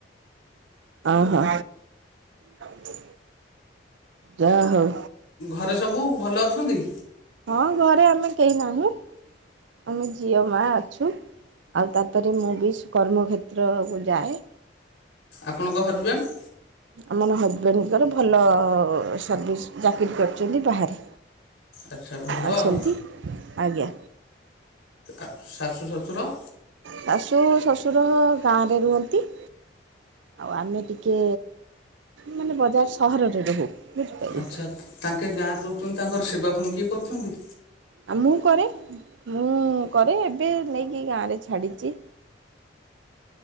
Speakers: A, on the right (about 75°); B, on the left (about 80°).
A: ଓହୋ। ହଁ। ଯା ହଉ
B: ଘରେ ସବୁ ଭଲ ଅଛନ୍ତି?
A: ହଁ ଘରେ ଆମେ କେହି ନାହୁଁ। ଆମେ ଝିଅ ମା ଅଛୁ, ଆଉ ତାପରେ ମୁଁ ବି ସୁ କର୍ମକ୍ଷେତ୍ରକୁ ଯାଏ।
B: ଆପଣଙ୍କ ହଜବେଣ୍ଡ?
A: ଆମର ହଜବେଣ୍ଡ ଙ୍କର ଭଲ ସର୍ଭିସ୍ ଚାକିରି କରିଚନ୍ତି ବାହାରେ।
B: ଆଚ୍ଛା ଭଲ
A: ଅଛନ୍ତି
B: ଆଉ।
A: ଆଜ୍ଞା।
B: ଆ, ଶାଶୁ ଶଶୁର?
A: ଶାଶୁ ଶ୍ୱଶୁର ଗାଁରେ ରୁହନ୍ତି। ଆଉ ଆମେ ଟିକେ ମାନେ ବଜାର ସହରରେ ରହୁ। ବୁଝିପାରିଲେ।
B: ଆଚ୍ଛା, ତାଙ୍କେ ଗାଁରେ ରହୁଚନ୍ତି ତାଙ୍କର ସେବା ପୁଣି କିଏ କରୁଛନ୍ତି?
A: ଆ, ମୁଁ କରେ, ମୁଁ କରେ, ଏବେ ନେଇକି ଗାଁରେ ଛାଡ଼ିଚି।